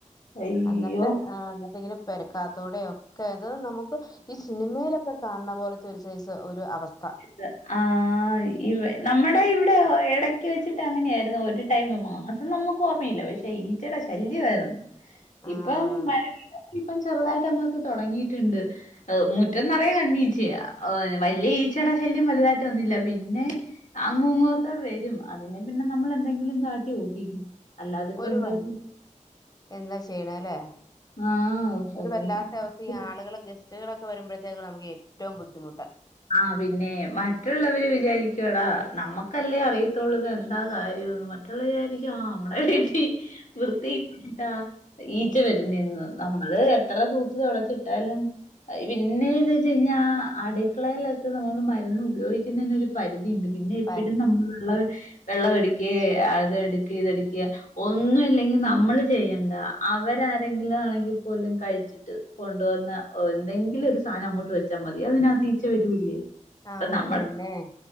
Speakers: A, on the left; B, on the left.
A: അയ്യോ.
B: എന്നിട്ട് ആ എന്നിട്ടിങ്ങനെ. പെരക്കാത്തോടെ ഒക്കെ അത് നമുക്ക് ഈ സിനിമയിലൊ ക്കെ കാൺണ പോലത്തെ ഒരു സൈസ് ഒരു അവസ്ഥ.
A: ത് ആഹ് ഇവെ നമ്മുടെ ഇവിടെ എടക്ക് വെച്ചിട്ട് അങ്ങനെയായിരുന്നു ഒരു. ടൈമ് മാസം നമുക്ക് ഓമ്മയില്ല പക്ഷെ ഈച്ചടെ ശല്യവായിരുന്നു.
B: ആഹ്
A: ഇപ്പം വരവില്ല. ഇപ്പം ചെറുതായിട്ടമ്മക്ക് തൊടങ്ങീട്ട്ണ്ട് എ മുറ്റം നിറയെ കണ്ണീച്ചയ. വല്ല്യ ഈച്ചട ശല്യം വലുതായിട്ടൊന്നില്ല പിന്നെ. അങ്ങുങ്ങൊക്കെ വരും അതിനെ പിന്നെ നമ്മള് എന്തെങ്കിലും കാട്ടി ഓടിക്കും. അല്ലാതെ ഇപ്പന്താ
B: ഒരു വ
A: ചെ
B: എന്താ ചെയ്യണ ലേ
A: ആഹ്
B: ഒരു
A: ഒന്നും
B: വല്ലാത്ത
A: ചെയ്യാൻ
B: അവസ്ഥ
A: പറ്റില്ല
B: ഈ ആളുകള് ഗ സ്റ്റുകളൊക്കെ വരുമ്പഴത്തേക്ക് നമുക്ക് ഏറ്റവും ബദ്ധിമുട്ട്.
A: ആഹ് പിന്നെ മറ്റുള്ളവര് വിചാരിക്കു എടാ നമ്മുക്കല്ലേ അറിയത്തുള്ളത് എന്താ കാര്യംന്ന്. മറ്റുള്ളാ വിചാരിക്കും ആ നമ്മടെ വീട്ടി വൃത്തി ട്ടാ ഈച്ച വരുന്നെന്ന് നമ്മള് എത്ര തൂത്ത് തുടച്ചിട്ടാലും. അയ് പിന്നെന്ന് വെച്ചയ്ഞ്ഞാ അട ക്കളയിലൊക്കെ നമ്മള് മരുന്ന് ഉപയോഗിക്കുന്നതിനരു പരിധിണ്ട് പിന്നെ എപ്പഴും
B: പരു
A: നമ്മള് വെള്ള വെള്ളവെടിക്കെ അതടുക്കി ഇതെടുക്ക്യ. ഒന്നു ഇല്ലെങ്കി നമ്മള് ചെയ്യണ്ട അവരാരെങ്കിലു ആണെങ്കി പോലും കഴിച്ചു. ട്ട് കൊണ്ടുവന്ന ഒ എന്തെങ്കിലും ഒരു സാനം അങ്ങോട്ട് വെച്ചാ മതി അതിനകത്തി ച വരുല്ലേ
B: ആഹ്
A: അപൊ നമ്മ
B: അത് തന്നെ